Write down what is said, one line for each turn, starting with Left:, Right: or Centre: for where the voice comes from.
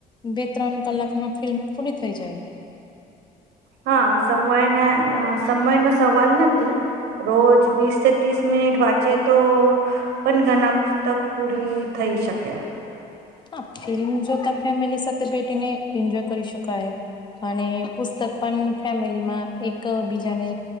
Left: બે ત્રણ કલાકમાં ફિલ્મ પૂરી થઈ જાય.
Right: હા સમયને અ સમયનો સવાલ નથી. રોજ બીસથી તીસ મિનિટ વાંચે તો પન ઘના પુસ્તક પૂરી થઈ શકે.
Left: હહ ફિલ્મ જોતા ફેમિલી સાથે બેઠીને ઈન્જોય કરી શકાય. અને પુસ્તક પન ફેમિલીમાં એક બીજાને